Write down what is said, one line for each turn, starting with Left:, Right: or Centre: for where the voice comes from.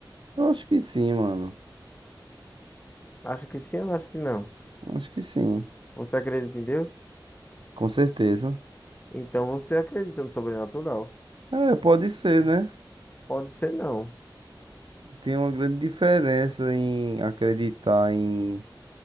Right: Eu acho que sim, mano.
Left: Acha que sim ou acha que não?
Right: Eu Acho que sim.
Left: Você acredita em Deus?
Right: Com certeza.
Left: Então você acredita no sobrenatural.
Right: É, pode ser, né?
Left: Pode ser não.
Right: Tem uma grande diferença em acreditar em